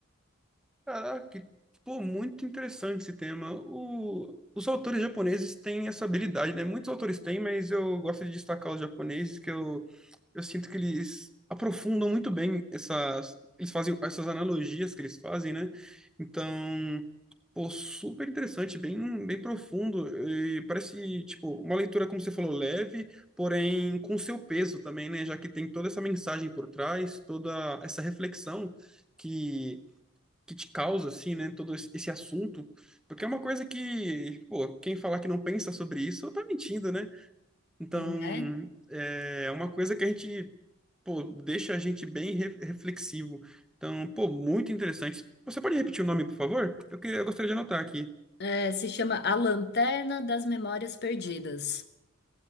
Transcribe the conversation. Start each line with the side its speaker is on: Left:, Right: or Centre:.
Centre: Caraca, que- pô, muito interessante esse tema. O- os autores japoneses têm essa habilidade, né? Muitos autores têm, mas eu gosto de destacar os japoneses, que eu, eu sinto que eles aprofundam muito bem essas, eles fazem essas analogias que eles fazem, né? Então, pô, super interessante, bem, bem profundo e parece, tipo, uma leitura, como você falou, leve, porém com seu peso também, né? Já que tem toda essa mensagem por trás, toda essa reflexão que que te causa, assim, né, todo esse esse assunto, porque é uma coisa que, pô, quem falar que não pensa sobre isso, tá mentindo, né? Então,
Left: né?
Centre: é uma coisa que a gente, pô, deixa a gente bem re- reflexivo. Então, pô, muito interessante. Você pode repetir o nome, por favor? Eu queria, eu gostaria de anotar aqui.
Left: É, se chama A Lanterna das Memórias Perdidas.